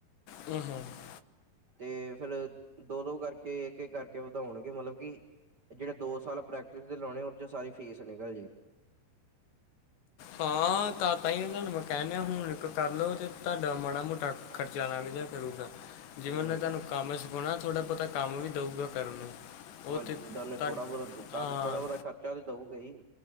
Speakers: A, on the left (about 75°); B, on the right (about 90°).
A: ਹਮ-ਹਮ। <unintelligible>
B: ਤੇ ਫੇਰ ਦੋ-ਦੋ ਕਰਕੇ ਇੱਕ-ਇੱਕ ਕਰਕੇ ਵਧਾਉਣਗੇ ਮਤਲਬ ਕਿ ਜਿਹੜੇ ਦੋ ਸਾਲ ਪ੍ਰੈਕਟਿਸ ਦੇ ਲਾਉਣੇ ਉਸ ਚ ਸਾਰੀ ਫੀਸ ਨਿਕਲ ਜੇ।
A: ਹਾਂ ਤਾਤਾ ਹੀ ਓਹਨਾ ਨੂੰ ਮੈਂ ਕਹਿਨਾ ਹੁਣ ਇੱਕ ਕਰ ਲਓ ਤੇ ਤੁਹਾਡਾ ਮਾੜਾ ਮੋਟਾ ਖਰਚਾ ਲੰਗ ਜੀਆ ਕਰੂਗਾ। ਜੇ
B: ਹੂੰ
A: ਓਨੇ ਤੁਹਾਨੂੰ ਕੰਮ ਸਿਖਾਉਣਾ, ਥੋੜਾ ਬਹੁਤਾ ਕੰਮ ਵੀ ਦਊਗਾ ਕਰਨ ਨੂੰ। ਉਹ
B: ਹਾਂਜੀ
A: ਤੇ
B: ਜਿਦਾ ਉਹਨੇ
A: ਤੁਹਾ
B: ਥੋੜਾ ਬਹੁਤਾ ਦਿੱਤਾ,
A: ਹਾਂ
B: ਤੇ ਥੋੜਾ ਬਹੁਤਾ ਖਰਚਾ ਤੇ ਦਊਗਾ ਹੀ।